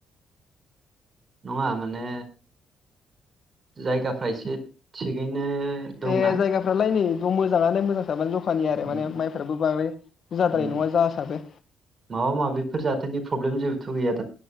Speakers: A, on the right (about 35°); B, on the left (about 55°).
A: नङा माने जायगाफ्रा एसे थिगैनो दंना
B: ए जायगाफ्रालाय नै मोजाङानो मोजां बाबानो जखानि आरो
A: उम
B: माने माइफ्राबो बांद्राय जाद्राय
A: उम
B: नङा जासाबो
A: माबा माबिफोर जाथायनि <inaudible>